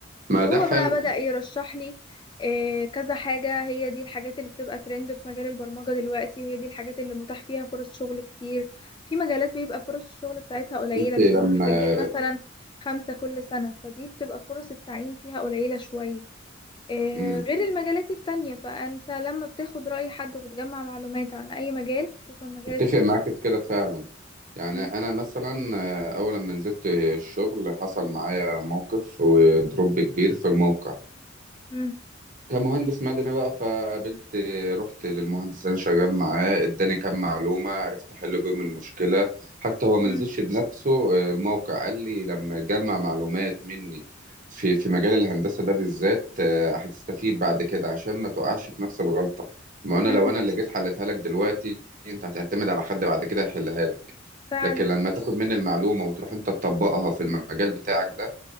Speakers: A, on the right; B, on the left.
A: ما
B: وهو
A: ده حلو
B: بقى بدأ
A: إن
B: يرشح لي آه، كذا حاجة هي دي الحاجات اللي بتبقى ترند في مجال البرمجة دلوقتي وهي دي الحاجات اللي متاح فيها فرص شغل كتير في مجالات بيبقى فرص الشغل بتاعتها قليلة
A: أنتِ
B: بيبقوا
A: لمّا
B: محتاجين مثلا خمسة كل سنة فدي بتبقى فرص التعيين فيها قليلة شوية آه،
A: إمم.
B: غير المجالات التانية فأنت لما بتاخد رأي حد وبتجمع معلومات عن أي مجال خصوصا مجال
A: اتفق
B: التكنولوجيا
A: معاك في كده فعلا يعني
B: مم،
A: انا مثلا آه، اول لما نزلت الشغل حصل معايا موقف ودروب كبير في الموقع
B: مم،
A: كمهندس مدني بقى فقابلت رحت للمهندس اللي انا شغال معاه اداني كام معلومه عرفت احل بيهم المشكله حتى هو ما
B: مم،
A: نزلش بنفسه آه، الموقع قال لي لما تجمع معلومات مني في في مجال الهندسه ده بالذات آه، هتستفيد بعد كده عشان ما تقعش في نفس الغلطه ما انا
B: مم،
A: لو انا اللي جيت حلتها لك دلوقتي انت هتعتمد على حد بعد كده يحلها لك
B: فعلا
A: لكن لما تاخد مني المعلومه وتروح انت تطبقها في المجال بتاعك ده